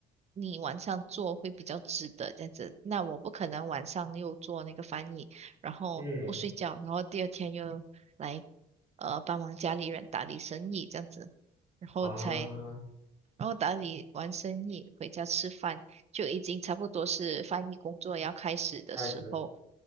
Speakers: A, on the right; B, on the right.
A: 你晚上做会比较值得这样子。那我不可能晚上又做那个翻译，然后不睡觉，
B: 嗯
A: 然后第二天又来呃帮忙家里人打理生意这样子，然后才
B: 啊，
A: 然后打理完生意，回家吃饭，就已经差不多是翻译工作要开始的时候。
B: 开始，